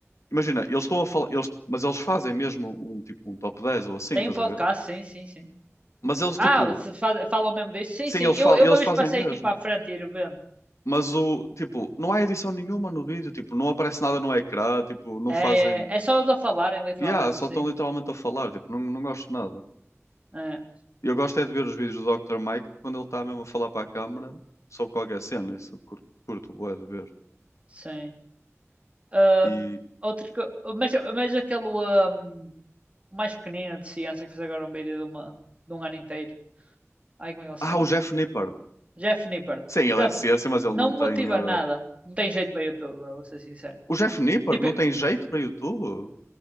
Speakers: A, on the left; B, on the right.
A: imagina, eles estão a falar, eles, mas eles fazem mesmo um tipo um top 10 ou assim,
B: Tem
A: estás
B: um podcast,
A: a ver?
B: sim, sim, sim.
A: Mas eles
B: Ah,
A: tipo,
B: você faz, falam mesmo disso? Sim,
A: sim,
B: sim.
A: eles,
B: Eu,
A: fa
B: eu
A: eles
B: uma vez
A: fazem
B: passei
A: mesmo.
B: tipo à frente e ir vendo.
A: Mas o tipo, não há edição nenhuma no vídeo, tipo, não aparece nada no ecrã, tipo, não
B: É,
A: fazem.
B: é, é só eles a falarem, literalmente,
A: Yeah, só
B: sim.
A: estão literalmente a falar, tipo, não, não gosto de nada.
B: É,
A: Eu gosto é de ver os vídeos do Dr. Mike quando ele está mesmo a falar para a câmara sobre qualquer cena, isso eu curto, curto bué de ver.
B: sim. Ah,
A: E
B: outro que. Mas, mas aquele ah, o mais pequenino de ciência que fez agora um vídeo de, uma, de um ano inteiro. Ai, como é que ele se
A: ah,
B: chama?
A: o Jeff Nippard.
B: Jeff Nippard.
A: Sim, ele
B: Pronto,
A: é de ciência, mas ele
B: não
A: não
B: me
A: tem
B: motiva
A: eh,
B: nada. Não tem jeito para YouTube, bro, vou ser sincero.
A: O Jeff Nippard
B: Tipo,
A: não tem jeito para YouTube?